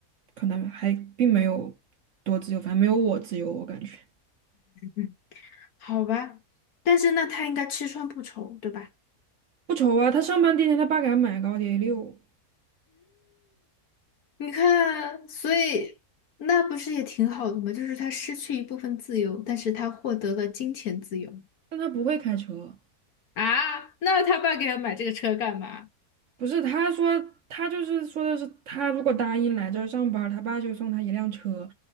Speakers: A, on the right (about 60°); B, on the left (about 75°).
A: 可能还并没有多自由，反正没有我自由，我感觉
B: 嗯，好吧，但是那他应该吃穿不愁，对吧？
A: 不愁啊。他上班第一天，他爸给他买个奥迪 A 六，
B: 你看，所以那不是也挺好的吗？就是他失去一部分自由，但是他获得了金钱自由
A: 但他不会开车。
B: 啊。那他爸给他买这个车干嘛？
A: 不是，他说他就是说的是他如果答应来这儿上班儿他爸就送他一辆车。